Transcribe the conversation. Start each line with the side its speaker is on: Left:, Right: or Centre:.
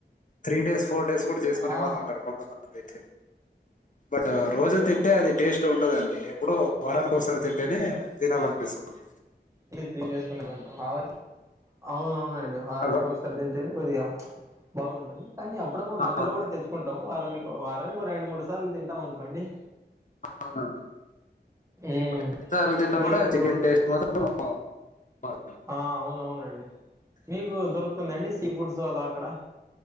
Left: త్రీ డేస్ ఫోర్ <unintelligible> కూడా చేసుకునే
Right: ఆ
Left: వాళ్ళ ఉంట కొంతమంది అయితే బట్ రోజు తింటే అది టేస్ట్ ఉండదండి, ఎప్పుడు వారానికి ఒకసారి తింటేనే తినాలనిపిస్తుంది
Right: ఇ త్రీ చేసుకుొ బం అవున అవునండి వారానికి
Left: హలో
Right: ఒకసారి తింటేనే కొదిగా బాగుంటుంది కానీ అప్పుడప్పుడు
Left: ఆ,
Right: మధ్యలో కూడా తెచ్చుకుంటాం వారని వారని రెండు మూడు సార్లు తింటాం అనుకోండి
Left: అవునండి
Right: ఉమ్
Left: మరి ఎన్నిసార్లు తిన్నా
Right: మీకు
Left: కూడా చికెన్ టేస్ట్ మాత్రం మారదు.
Right: ఆ అవునవునండి మీకు దొరుకుతుందండి ఈ ఫుడ్స్ అల అక్కడ